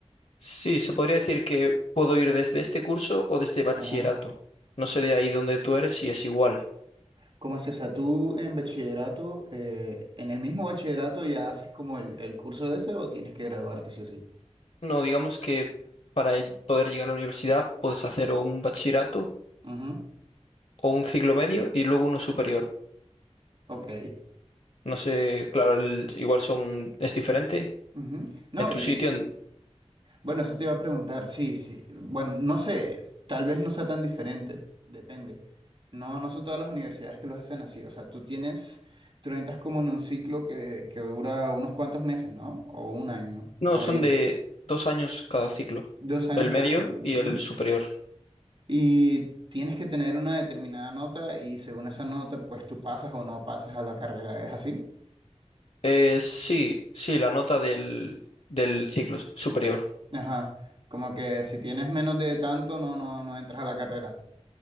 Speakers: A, on the left; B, on the right.
A: Sí, se podría decir que puedo ir desde este curso o desde bachillerato.
B: Ajá.
A: No sé de ahí donde tú eres si es igual.
B: ¿Cómo así? O sea, tú en bachillerato, eh, en el mismo bachillerato ya haces como el, el curso ese o tienes que graduarte sí o sí.
A: No, digamos que para ll- poder llegar a la universidad puedes hacer o un bachillerato
B: Ujú,
A: o un ciclo medio y luego uno superior.
B: Ok.
A: No sé, claro, el- igual son, es diferente.
B: ujú. No,
A: En tu
B: y,
A: sitio, en-
B: Bueno, eso te iba a preguntar, sí, sí. Bueno, no sé, tal vez no sea tan diferente, depende. No, no son todas las universidades que los hacen así. O sea, tú tienes, tú entras como en un ciclo que, que dura unos cuantos meses, ¿no? O un año,
A: no,
B: por
A: son
B: ahí.
A: de dos años cada ciclo,
B: Dos años
A: el
B: cada
A: medio
B: ciclo.
A: y
B: Ujú.
A: el superior.
B: Y tienes que tener una determinada nota y según esa nota, pues tú pasas o no pasas a la carrera. ¿Es así?
A: Eh, sí, sí, la nota del, del ciclo superior.
B: Ajá. Como que si tienes menos de tanto, no, no, no entras a la carrera.